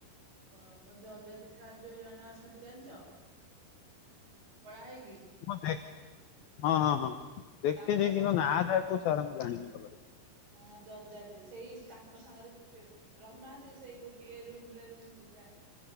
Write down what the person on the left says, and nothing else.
ମୁଁ ଦେଖ ହଁ ହଁ ହଁ ଦେଖଛି
କିନ୍ତୁ ନାଁ ଯାହା କଉ ସାର୍ ଙ୍କର୍ ଜାଣିନି ଭଲ ରେ।